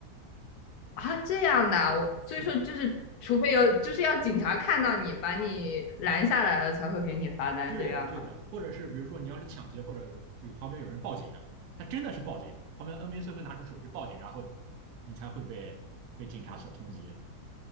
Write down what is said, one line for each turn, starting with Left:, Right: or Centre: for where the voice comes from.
Left: 啊，这样的啊我所以说就是，
Right: 是的，
Left: 除非有就是要警察看到你把你拦下来了，才会给你罚单，
Right: 对的，
Left: 这样吗？
Right: 对的。或者是比如说你要是抢劫，或者有有旁边有人报警，他真的是报警，旁边 NPC 会拿出手机报警，然后你才会被被警察所通缉。